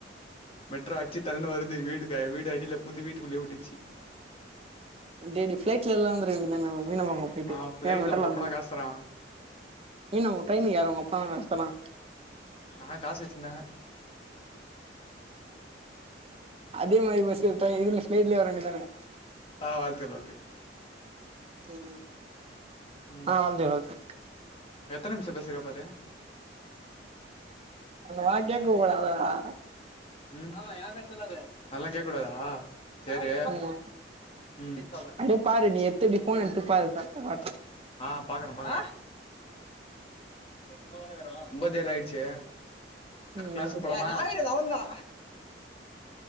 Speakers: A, on the left; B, on the right.
A: மெட்ரோ அச்சு தல்ன்னு வருது வீடு க வீடு அடியில பூந்து வீட்டுக்குள்ளயே வுட்டுச்சு
B: அப்டியே இப்டி ஃபிளைட்ல எல்லா வந்துருக்க வேண்டிய தான மீனம்பாக்கோ போயிட்டு
A: ஆ ஃபிளைட்ல
B: ஏ மெட்ரோல
A: உங்க அப்பனா
B: வந்தீங்க
A: காசுதரா
B: இன் நா ஒர் ட்ரெயினு எறப்பதா கஷ்டமாயிருக்
A: நா காஸ் வெச்சிருந்தே
B: அதே மாரி பஸ்ஸ விட்டா இதுல ஃப்ளைட்லே வர வேண்டி தான
A: ஆ வாழ்த்துக்கள் வாழ்த்துக்கள்
B: ம்
A: ம்
B: ஆ வாழ்த்துக்கள் வாழ்த்து
A: எத்தன நிம்ஷோ பேசிருக்க பாரு
B: அந்த மாரி கேக்கு போல அதுலாத
A: ம் அதெல்லா கேக்கக்கூடாதா சேரி
B: ஆமா
A: ம் <unintelligible>
B: அப்படியே பாரு நீ எத்தடி போன் எடுத்து பாரு கரெக்டா காட்டும்
A: ஆ பாக்கறே பாக்கறே சரி சும்மாதான இக்குரோ
B: ம்
A: க்ளாஸ்க்கு போலாமா